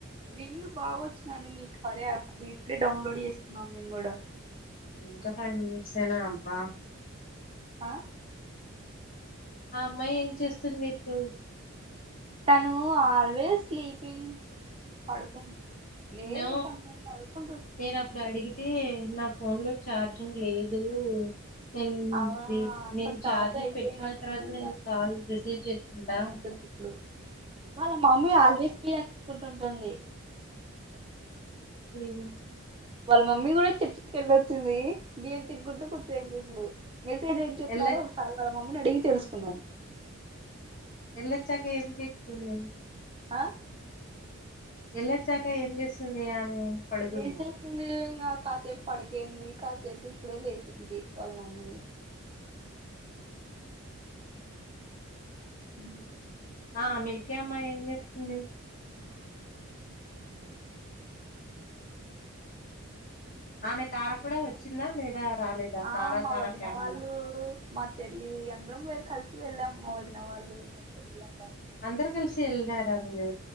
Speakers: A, on the right; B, on the left.
A: రివ్యూ బాగా వచ్చిందండి మీ కార్య యాప్ ఇప్పుడే డౌన్లోడ్ చేసుకున్నాం మేము కూడా
B: ఇంకా ఫైవ్ మినిట్స్ ఏనా అబ్బా
A: ఆ
B: ఆ అమ్మాయి ఏం చేస్తుంది ఇప్పుడు
A: తను ఆల్వేస్ స్లీప్ పడుకుంది లేదుతను
B: నో
A: పడుకు
B: నేను అప్పుడు అడిగితే నా ఫోన్ లో ఛార్జింగ్ లేదు నేను
A: అవునా
B: ఫ్రీ నేను
A: తను తాత
B: ఛార్జింగ్
A: అయిపోయినట్టుంది
B: పెట్టుకున్న తర్వాత నేను కాల్ రిసీవ్ చేసుకుంటా
A: ప్పుడు వాళ్ళ మమ్మీ ఆల్వేస్ ఫ్రీ అనుకుంటుంది
B: వెరు
A: వాళ్ళ మమ్మీ కూడా చర్చికిళ్ళొచ్చింది బియ్యం తినుకుంటూ ఇప్పుడు మెసేజ్ ఏం చెప్పినారో
B: ఎళ్ళ
A: ఒకసారి వాళ్ళ మమ్మీని అడిగి తెలుసుకుందాం
B: ఎల్లోచాక ఏం పీకుతుంది
A: ఆ
B: ఎళ్లొచ్చాక ఏం చేస్తుంది ఆమె పడుకుందా.
A: ఏం చేస్తుంది ఇంగా కాసేపు పడికోయింది కాసే ఇప్పుడే లేసింది వాళ్ళ మమ్మీ హ
B: ఆ మిల్కీ అమ్మ ఏం చేస్తుంది
A: <inaudible>
B: ఆమె తార కూడా వచ్చిందా లేదా రాలేదా
A: ఆ
B: తారా
A: మా
B: తారా
A: వదిన
B: ఫ్యామిలీ
A: వాళ్ళు మా చెల్లి అందరం కలిసి వెళ్ళాము మా వదిన వాళ్ళు మా చెల్లి అందరం
B: అందరు కలిసి వెళ్లారా మీరు